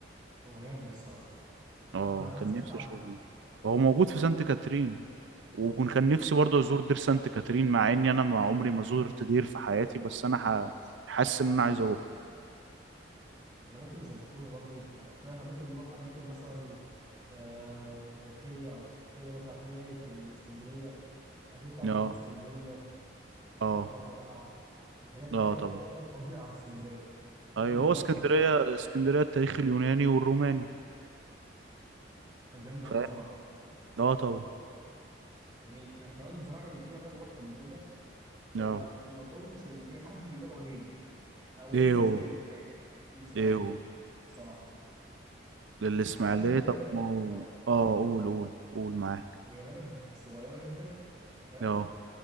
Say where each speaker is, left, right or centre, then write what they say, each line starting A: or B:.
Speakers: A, on the right; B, on the right.
A: هو جامد الصراحه
B: اه
A: وانا انا
B: كان
A: سمعت
B: نفسي
A: عنه
B: أشوفه هو موجود في سانت كاترين وكان كان نفسي برضه أزور دير سانت كاترين مع إني أنا ما عمري ما زرت دير في حياتي بس أنا ح- حاسس إن أنا عايز أروح
A: احنا ممكن نظبطوها برضو احنا فاحنا ممكن نروح اماكن مثلا آه تاريخيه او ثقافيه مثلا هتلاقيها هي في الاسكندريه اكيد تعرف
B: اه
A: مكتبه اسكندريه
B: اه
A: اكيد تعرف القلعه الحاجات
B: اه
A: يعني
B: طبعا
A: التاريخيه الفظيعه في اسكندريه ممكن
B: ايوه
A: نزورها
B: هو اسكندريه
A: في مره
B: اسكندريه التاريخ اليوناني والروماني
A: كانت جامده
B: فاهم
A: قوي بصراحه
B: اه طبعا
A: يعني انا كمان بصراحه يعني في مكان رحت قبل كده هو
B: اه
A: ما اظنش ان في حد بيروحه غيري او
B: ايه
A: غير الناس
B: هو
A: اللي من هناك اللي في اسماعيليه
B: ايه هو
A: الصراحه
B: الاسماعيليه
A: على قد ما
B: طب
A: هي بلد
B: ما هو
A: اه
B: اه قول قول قول معاك
A: هي بلد صغيره جدا انت فاهم
B: اه